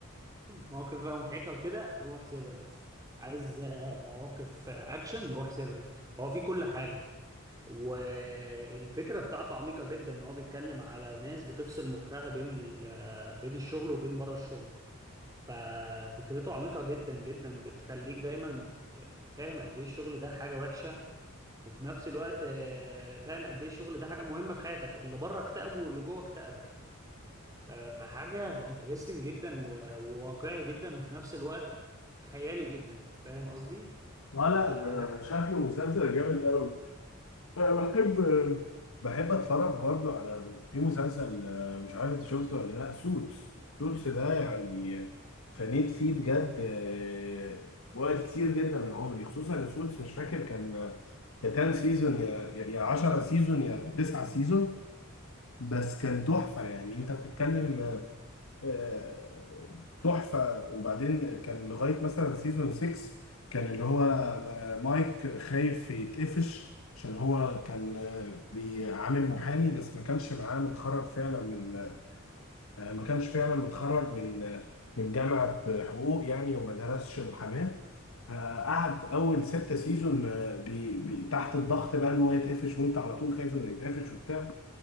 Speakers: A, on the right (about 15°); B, on the left (about 75°).
A: مواقف بقى مضحكه وكده روح سيفرنس عايز آه، مواقف آه، اكشن روح سيفرنس هو في كل حاجه والفكرة بتاعته عميقة جدا ان هو بيتكلم على ناس بتفصل مخها بين ال آه، بين الشغل وبين بره الشغل ففكرته عميقة جدا جدا بتخليك دايما فاهم قد ايه الشغل ده حاجة وحشة وفي نفس الوقت آه، فاهم قد ايه الشغل ده حاجة مهمة في حياتك اللي بره اكتئبه واللي جوه اكتئبه آه، فحاجة انترستنج جدا و- وواقعي جدا وفي نفس الوقت خيالي جدا فاهم قصدي؟
B: لا لا
A: فعجب
B: ده شكله مسلسل جامد قوي أنا بحب بحب اتفرج برضه على في مسلسل آه، مش عارف انت شفته ولا لا سوتس سوتس ده يعني فنيت فيه بجد آه، وقت كتير جدا من عمري خصوصا ان سوتس مش فاكر كان يا 10 سيزون يا يا 10 سيزون يا 9 سيزون بس كان تحفة يعني انت بتتكلم آه، تحفة وبعدين كان لغاية مثلا سيزون 6 كان اللي هو آه، مايك خايف يتقفش عشان هو كان آه، بيعامل محامي بس ما كانش معاه متخرج فعلا من آه، ما كانش فعلا متخرج من آه، من جامعة حقوق يعني وما درسش محاماة فقعد أول ستة سيزون آه، بي بي تحت الضغط بقى إن هو يتقفش وأنت على طول خايف إنه يتقفش وبتاع